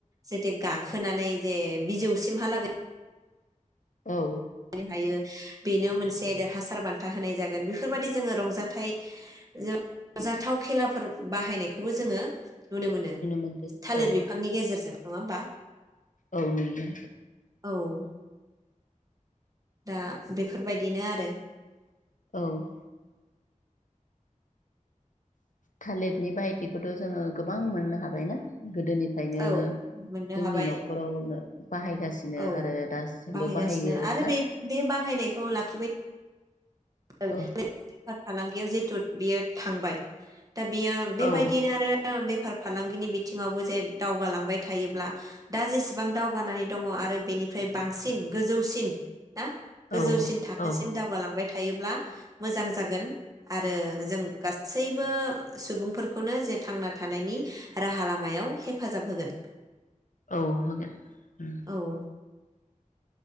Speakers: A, on the right; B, on the left.
A: जेते गाखोनानै जे बिजौसिमहालागै
B: औ
A: <unintelligible> हायो। बेनो मोनसे देरहासार बान्था होनाय जागोन बेफोरबायाददि जोङो रंजाथाइ रंजाथाव खेलाफोर बाहायनायखौबो जोङो नुनो मोनो
B: मोनदो
A: थालिर
B: औ
A: बिफांनि गेजेरजों नङा ओमबा।
B: औ नुयो।
A: औ दा बेफोरबायदिनो आरो
B: औ थालिरनि बाहायथिखौथ' जोङो गोबां मोननो हाबायना? गोदोनिफ्रायनो
A: औ मोननो
B: जोंनि
A: हाबाय
B: न'खरावनो बाहायगासिनो
A: औ
B: आरो दासिमबो
A: बाहायगासिनो
B: बाहायो
A: आरो
B: ना?
A: बे बे बाहायनायखौ लाखिबाय <unintelligible>
B: औ
A: बेफार फालांगियाव जे थुथ बियो थांबाय। दा बियो बेबायदिनो
B: औ
A: आरो बेब फार फालांगिनि बिथिङावबो जे दावगालांबाय थायोब्ला दा जेसेबां दावगानानै दङ आरो बेनिफ्राय बांसिन गोजौसिन ना गोजौसिन
B: औ
A: थाखोसिम
B: औ
A: दावगालांबाय थायोब्ला मोजां जागोन आरो जों गासैबो सुबुंफोरखौनो जे थांना थानायनि राहा लामायाव हेफाजाब होगोन।
B: औ होगोन उम
A: औ